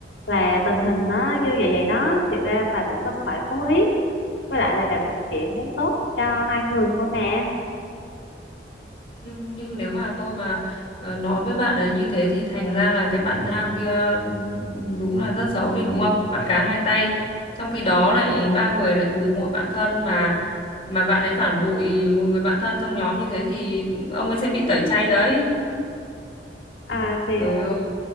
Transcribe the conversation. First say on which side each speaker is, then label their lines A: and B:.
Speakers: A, on the left; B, on the left.
A: là tình hình nó như vậy vậy đó thiệt ra bà cũng đâu có phải cố ý với lại là bà cũng chỉ muốn tốt cho hai người thôi mà
B: Nhưng nhưng nếu mà tôi mà ờ, nói với bạn ấy như thế thì thành ra là cái bạn nam kia ừ, đúng là rất xấu đi đúng không? Bắt cá hai tay. Trong khi đó lại ba người lại cùng hội bạn thân mà mà bạn ấy phản bội một người bạn thân trong nhóm như thế thì ông ấy sẽ bị tẩy chay đấy.
A: à thì
B: Trời ơi